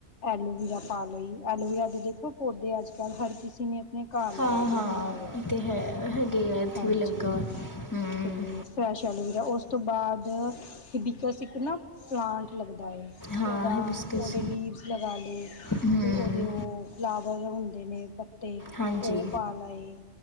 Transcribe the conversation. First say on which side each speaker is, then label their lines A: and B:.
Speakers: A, on the left; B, on the left.
A: ਐਲੋਵੀਰਾ ਪਾ ਲਈ ਐਲੋਵੀਰਾ ਦੇ ਦੇਖੋ ਪੌਦੇ ਅੱਜ ਕੱਲ੍ਹ ਹਰ ਕਿਸੇ ਨੇ ਨੇ ਘਰ
B: ਹਾਂ
A: ਲਾਏ
B: ਹਾਂ
A: ਵੀ ਹੁੰਦੇ ਆ
B: ਇਹ ਤਾਂ ਹੈ ਹੈਗੇ ਆ ਇੱਥੇ
A: ਹਾਂਜੀ
B: ਵੀ ਲੱਗਾ ਹੋਇਆ।
A: ਅਤੇ
B: ਹੂੰ
A: ਫਰੈਸ਼ ਐਲਵੀਰ ਉਸ ਤੋਂ ਬਾਅਦ ਹ ਬਿਕਸ ਇੱਕ ਨਾ ਪਲਾਂਟ ਲੱਗਦਾ ਹੈ ਉਹਦਾ
B: ਹਾਂ ਹਿਬਿਸਕਸ
A: ਉਹਦੇ ਲੀਵਸ ਲਗਾ ਲਏ ਅਤੇ
B: ਹੂੰ
A: ਉਹ ਦੇ ਉਹ ਫਲਾਵਰ ਹੁੰਦੇ ਨੇ ਪੱਤੇ
B: ਹਾਂਜੀ
A: ਉਹ ਪਾ ਲਾਏ